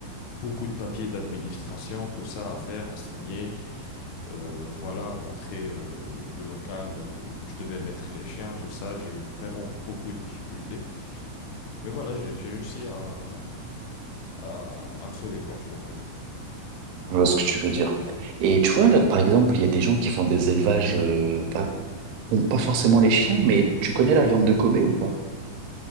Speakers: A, on the left; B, on the right.
A: beaucoup de papiers d'administration, tout ça à faire, à signer, euh, voilà, montrer euh, le local euh, où je devais mettre les chiens, tout ça. J'ai eu vraiment beaucoup de difficultés. Mais voilà, j'ai j'ai réussi à, à, à me sauver, quoi, tu vois le truc.
B: je vois ce que tu veux dire. Et tu vois, là, par exemple, il y a des gens qui font des élevages, euh, pas, bon, pas forcément les chiens, mais tu connais la viande de Kobe ou pas?